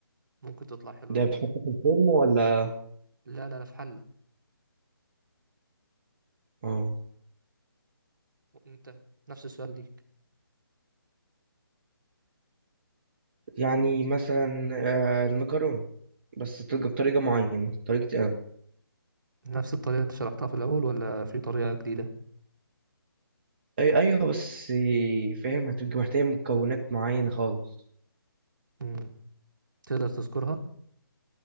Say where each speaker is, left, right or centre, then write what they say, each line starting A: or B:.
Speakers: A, on the right; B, on the right.
A: ممكن تطلع حلوة
B: ده
A: دي
B: بتحطه في الفرن ولا
A: لا لا لا في حلة
B: اه
A: وانت نفس السؤال ليك
B: يعني مثلا آه، المكرونة بس تبقى بطريقة معينة طريقة اه
A: نفس الطريقة اللي انت شرحتها في الأول ولا في طريقة جديدة
B: أي أيوه بس آه، فاهم هتبقى محتاجة مكونات معينة خالص
A: مم. تقدر تذكرها